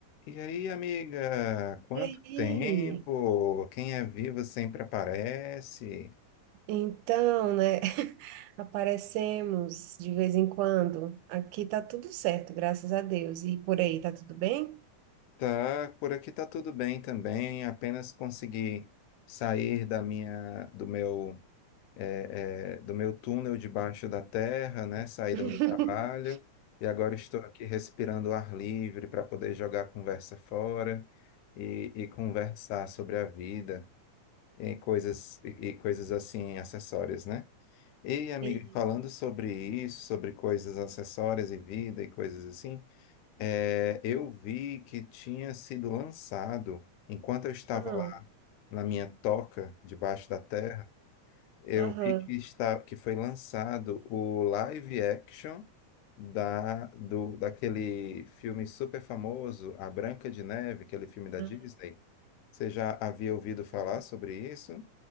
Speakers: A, on the left; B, on the right.
A: E aí, amiga, quanto
B: E aí?
A: tempo? Quem é vivo sempre aparece.
B: Então, né? <laughs> Aparecemos de vez em quando. Aqui tá tudo certo, graças a Deus. E por aí, tá tudo bem?
A: Tá, por aqui tá tudo bem também. Apenas consegui sair da minha, do meu, é, é, do meu túnel debaixo da terra, né? Sair
B: <laughs>
A: do meu trabalho e agora estou aqui respirando ar livre para poder jogar a conversa fora e, e conversar sobre a vida. e coisas e e coisas assim acessórias, né? E amiga,
B: Isso.
A: falando sobre isso, sobre coisas acessórias e vida e coisas assim, é, eu vi que tinha sido lançado, enquanto eu estava
B: Ah,
A: lá na minha toca debaixo da terra, eu
B: aham.
A: vi que está que foi lançado o live action da do daquele filme super famoso, A Branca de Neve, aquele filme da
B: Ah,
A: Disney. Você já havia ouvido falar
B: aham.
A: sobre isso?